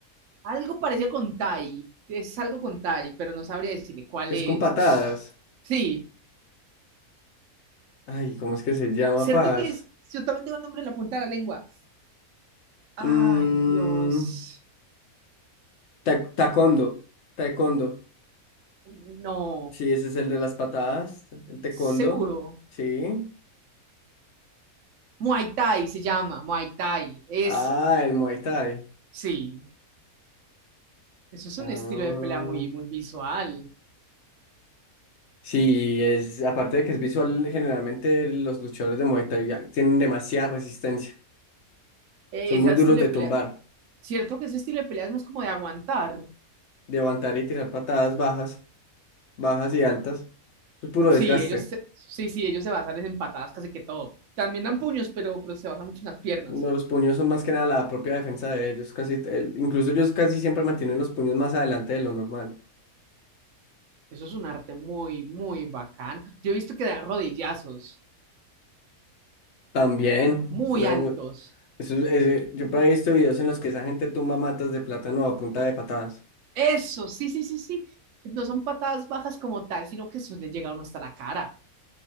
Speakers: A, on the right; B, on the left.
A: algo parecido con Tai. Es algo con Tai, pero no sabría decirle cuál
B: Es
A: es.
B: con patadas.
A: Sí,
B: Ay, ¿cómo es que se llama,
A: cierto
B: parce?
A: que es, yo también tengo el nombre en la punta de la lengua. Ay,
B: Mm,
A: Dios.
B: ta- taekwondo. Taekwondo.
A: No,
B: Sí, ese es el de las patadas. El taekwondo.
A: seguro.
B: Sí.
A: Muay Thai se llama, Muay Thai. Es,
B: Ah, el Muay Thai.
A: sí. Eso es
B: Ah,
A: un estilo de pelea muy, muy visual.
B: Sí, es, aparte de que es visual, generalmente los luchadores de Muay Thai ya tienen demasiada resistencia.
A: Eh,
B: Son
A: ese
B: muy duros
A: estilo
B: de
A: de pelea.
B: tumbar,
A: Cierto que ese estilo de pelea es más como de aguantar.
B: de levantar y tirar patadas bajas, bajas y altas. Es puro
A: Sí,
B: desgaste.
A: ellos se- sí, sí, ellos se basan en patadas casi que todo. También dan puños, pero, pero se basan mucho en las piernas.
B: No, los puños son más que nada la propia defensa de ellos. Casi, el- incluso ellos casi siempre mantienen los puños más adelante de lo normal.
A: Eso es un arte muy, muy bacán. Yo he visto que dan rodillazos
B: También,
A: muy
B: ¿no?
A: altos.
B: Eso, es- ese- yo por ahí he visto videos en los que esa gente tumba matas de plátano a punta de patadas.
A: Eso, sí, sí, sí, sí. No son patadas bajas como tal, sino que eso le llega a uno hasta la cara.